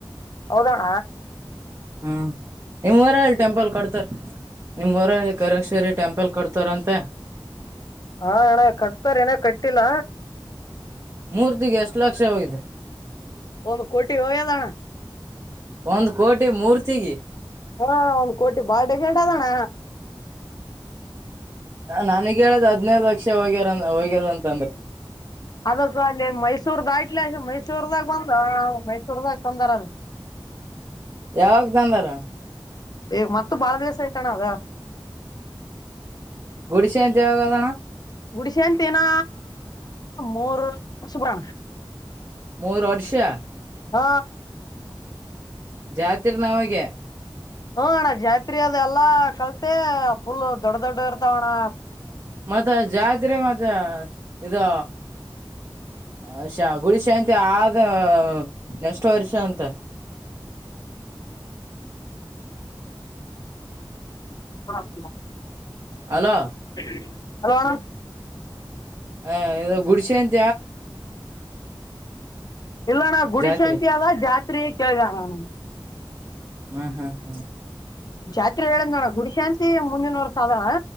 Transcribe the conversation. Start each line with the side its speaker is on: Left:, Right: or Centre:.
Left: ಹೌದಣ
Right: ಹಾ ಎಮ ವರಲ್ ಟೆಂಪಲ್ ಕಡ್ತಾರೆ ನಿಮ್ವಊರಲ್ಲಿ ಕರೇಶ್ವರಿ ಟೆಂಪಲ್ ಕಡ್ತಾರಂತೆ
Left: ಹಾ ಅಣ್ಣ ಕಟ್ತಾರ ಏನ ಕಟ್ಟಿಲ್ಲ
Right: ಮೂರ್ತಿಿಗೆ ಎಷ್ಟು ಲಕ್ಷವೋಗಾಗಿದೆ
Left: ಒಂದು ಕಟ್ಟಿ ಹಯದಣ
Right: ಒಂದ್ ಕೋಟಿ ಮೂರ್ತಿಗೆಿ
Left: ಹಾ ಒಂದ್ ಕೋಟಿ ಬಾಳ್ ಲ್ಟ ಅದಣ್ಣ
Right: ನನಗ ಹೇಳ್ದ ಹದ್ನೈದು ಲಕ್ಷ ಹೋಗ್ಯಾರ ಹೋಗ್ಯದಂತಂದ್ರೆ
Left: ಅದಕ್ಕ ಅಲ್ಲಿ ಮೈಸೂರ್ದಾಟ್ಲ ಮೈಸೂರ್ದಾಗ ಬಂದ ಮೈಸೂರ್ದಾಗ ತಂದಾರದು
Right: ಯಾವಾಗ ತಂದಾರ
Left: ಏ್ ಮತ್ತ ಬಾಳ ದಿವಸ ಆಯಟಣ ಅದಾ
Right: ಗುಡಶೆ ದೇವಗೋದಣ
Left: ಗುಡಶೆಂತನಾ ಮೋರು ಶುಬಣ
Right: ಮೋರು ಅಡಿಶಾ
Left: ಹ
Right: ಜಾತಿರ್ ನವಾಗ
Left: ಹ್ಮ ಅಣ್ಣ ಜಾತ್ರಿ ಅದು ಎಲ್ಲಾ ಕಲ್ತೆ ಫುಲ್ ದೊಡ್ಡ ದೊಡ್ಡ ಇರ್ತಾವ ಅಣ್ಣ
Right: ಮತ್ತೆ ಜಾತ್ರೆ ಮತ್ತೆ ಇದು ಹಶಾ ಗುಡಿಶಾ ಅಂತ ಆದ ನೆಕ್ಸ್ಟ್ ವರ್ಷ ಅಂತ
Left: ಹಡ
Right: ಅಲೋ
Left: ಹ್ಮ ಹೆಲೋ ಅಣ್ಣ
Right: ಹಾ ಇ ಗುಡಶೆ
Left: ಇಲ್ಲಣ ಗುಡಿ
Right: ಜಾತ್ರೆ
Left: ಶಾಂತಿ ಅದ ಜಾತ್ರೆಯ ಕೇೇಳಗಣ
Right: ಹ್ಮ್ ಹ್ಮ್ ಹ್ಮ್
Left: ಜಾತ್ರೆ ಹೇಳದ್ ನೋಡ ಗುಡಿ ಶಾಂತಿ ಮುಂದಿನ ವರ್ಷ ಅದಾನ